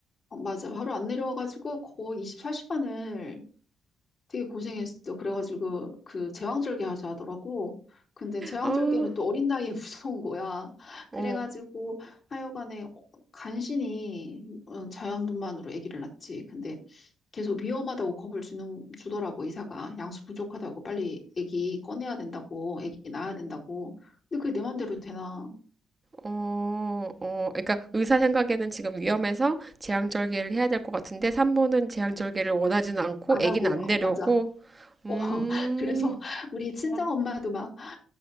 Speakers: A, on the left; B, on the right.
A: 어, 맞아. 바로 안 내려와가지고 거의 24시간을 되게 고생했어. 그래가지고 그 제왕절개 하자 하더라고. 근데 제왕절개는
B: 아,
A: 또 어린 나이에 <laughs> 무서운 거야.
B: 어,
A: 그래가지고 하여간에 어, 간신히 어, 자연분만으로 아기를 낳지. 근데 계속 위험하다고 겁을 주는 주더라고 의사가 양수 부족하다고 빨리 아기 꺼내야 된다고 아기 낳아야 된다고. 근데 그게 내 맘대로 되나?
B: 어, 어. 그러니까 의사 생각에는 지금 위험해서 제왕절개를 해야 될 것 같은데 산모는 제왕절개를 원하지는 않고
A: 안
B: 아기는
A: 하고
B: 안
A: 어,
B: 내려오고.
A: 맞아. <laughs>
B: 음,
A: 어, 그래서 우리 친정 엄마도 막